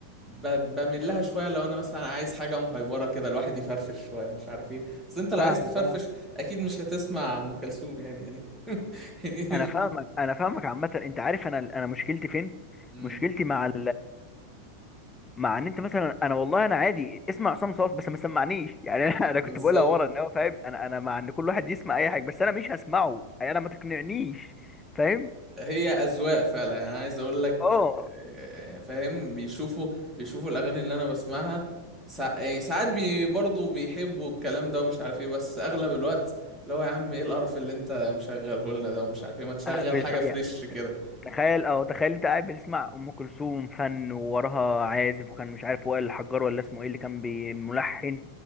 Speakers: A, in the centre; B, on the left.
A: ب- بميل لها شوية لو انا مثلا عايز حاجة مهيبرة كده الواحد يفرفش شوية مش عارف ايه بس انت لو
B: فاهمك
A: عايز تفرفش
B: اه
A: اكيد مش هتسمع ام كلثوم يعني يعني <laughs> يعني مش-
B: انا فاهمك انا فاهمك عامه انت عارف انا انا مشكلتي فين
A: مم.
B: مشكلتي مع مع ان انت مثلا انا والله انا عادي اسمع عصام صاص بس ما سمعنيش <laughs> يعني انا انا
A: بالظبط
B: كنت بقولها ورا ان هو فاهم انا انا مع ان كل واحد يسمع اي حاجه بس انا مش هسمعه يعني انا ما تقنعنيش فاهم
A: هي اذواق فعلا يعني انا عايز اقول لك
B: اه
A: آه، فاهم بيشوفوا بيشوفوا الاغاني اللي انا بسمعها سا... يعني ساعات بي... برضه بيحبوا الكلام ده ومش عارف ايه بس اغلب الوقت اللي هو يا عم ايه القرف اللي انت مشغله لنا ده ومش عارف ايه ما تشغل
B: أنا بالظبط
A: حاجه فريش
B: يعني
A: كده
B: تخيل اه تخيل انت قاعد بتسمع ام كلثوم فن ووراها عازف وكان مش عارف وائل الحجار ولا اسمه ايه اللي كان بي- ملحن